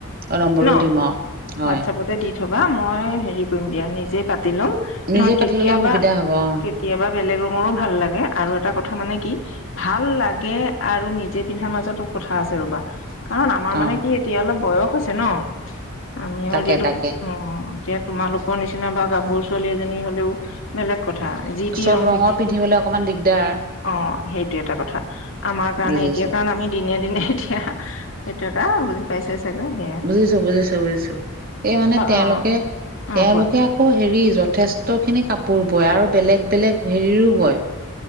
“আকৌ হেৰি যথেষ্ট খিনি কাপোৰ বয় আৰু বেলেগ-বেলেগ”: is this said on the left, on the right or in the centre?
Right